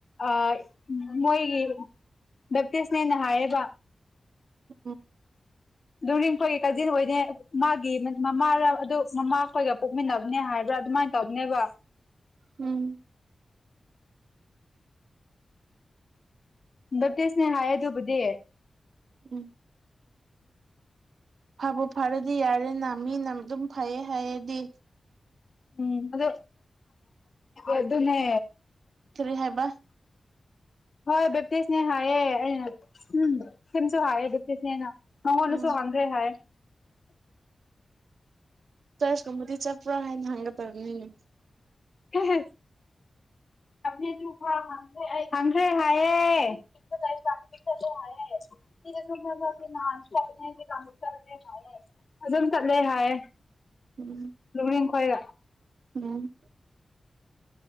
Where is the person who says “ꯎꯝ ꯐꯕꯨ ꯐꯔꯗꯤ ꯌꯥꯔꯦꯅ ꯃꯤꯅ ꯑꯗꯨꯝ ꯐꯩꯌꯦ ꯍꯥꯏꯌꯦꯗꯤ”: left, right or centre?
Right